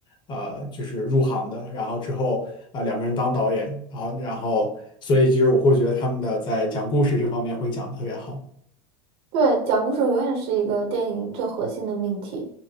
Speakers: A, on the left; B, on the right.
A: 呃，就是入行的，然后之后啊、呃、两个人当导演，然后然后所以其实我会觉得他们的在讲故事这方面会讲得特别好，
B: 对，讲故事永远是一个电影最核心的命题。